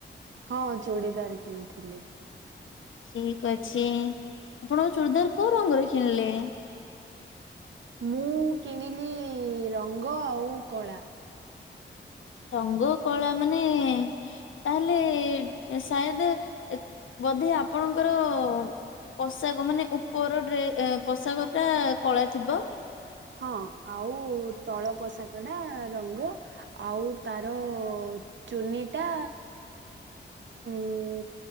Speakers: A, on the right; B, on the left.
A: ହଁ ଚୁଡ଼ିଦାରି କିଣିଥିଲି।
B: ଠିକ ଅଛି ଆପଣ ଚୁଡ଼ିଦାର କୋଉ ରଙ୍ଗର କିଣିଲେ?
A: ମୁଁ କିଣିଲି ରଙ୍ଗ ଆଉ କଳା।
B: ରଙ୍ଗ କଳା ମାନେ ତାହେଲେ ସାଏଦ ଏ ବୋଧେ ଆପଣଙ୍କର ପୋଷାକ ମାନେ ଉପର ଡ୍ରେ ପୋଷାକ ଟା କଳା ଥିବ।
A: ହଁ ଆଉ ତଳ ପୋଷାକ ଟା ରଙ୍ଗ ଆଉ ତାର ଚୁନିଟା ଉଁ